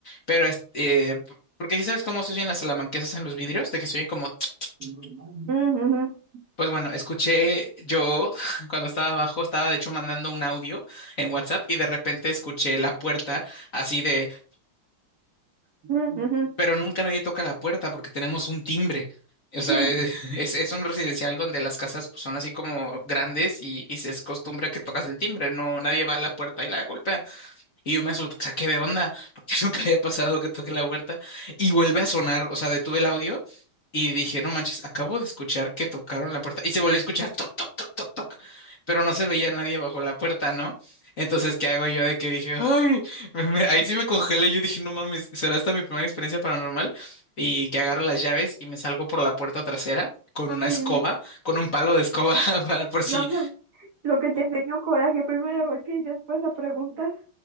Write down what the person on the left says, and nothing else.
pero es- eh, p- porque sí sabes cómo se oyen las salamanquesas en los vidrios, de que se oyen como, tsk, tsk.
pues bueno, escuché yo <laughs> cuando estaba abajo, estaba de hecho mandando un audio en WhatsApp y de repente escuché la puerta así de...
pero nunca nadie toca la puerta porque tenemos un timbre. O sea,
es,
<laughs> es- es un residencial donde las casas pues, son así como grandes y, y se es costumbre que tocas el timbre, no, nadie va a la puerta y la golpea. Y yo me asusté, o sea, ¿qué de onda? Porque <laughs> nunca había pasado que toque la huerta. Y vuelve a sonar, o sea, detuve el audio y dije, no manches, acabo de escuchar que tocaron la puerta. Y se volvió a escuchar toc, toc, toc, toc, toc. Pero no se veía nadie bajo la puerta, ¿no? Entonces, ¿qué hago yo de que dije, ay, me- me- ahí sí me congelé. Yo dije, no mames, será esta mi primera experiencia paranormal. Y que agarro las llaves y me salgo por la puerta trasera con una
escoba,
con un palo de escoba, <laughs> para, por si.